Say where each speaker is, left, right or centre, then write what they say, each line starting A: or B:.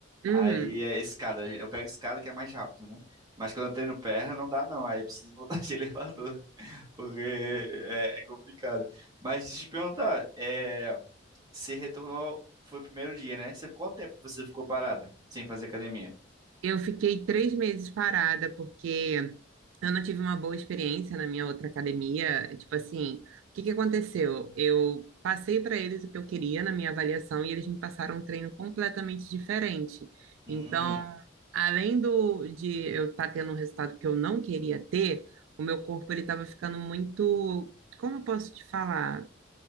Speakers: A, on the right (about 80°); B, on the right (about 20°).
A: Uhum.
B: Aí é escada. Eu pego escada que é mais rápido, né? Mas quando eu treino perna, não dá não. Aí eu preciso voltar <laughs> de elevador, porque é, é complicado. Mas deixa eu te perguntar, é, você retornou, foi o primeiro dia, né? Você, quanto tempo você ficou parada sem fazer academia?
A: Eu fiquei três meses parada, porque Eu não tive uma boa experiência na minha outra academia. Tipo assim, o que que aconteceu? Eu passei para eles o que eu queria na minha avaliação e eles me passaram um treino completamente diferente.
B: Hum,
A: Então, além do de eu estar tendo um resultado que eu não queria ter, o meu corpo ele estava ficando muito, como eu posso te falar,